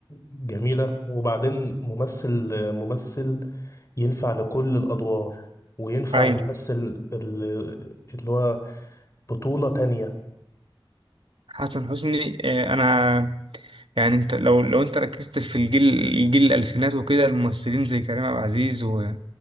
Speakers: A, on the left; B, on the right.
A: جميلة وبعدين ممثل ممثل ينفع لكل الأدوار وينفع
B: ايوه
A: يمثل ال- اللي هو بطولة تانية
B: حسن حسني آه، انا يعني انت لو لو انت ركزت في الجيل الجيل الالفينات وكده الممثلين زي كريم عبد العزيز و...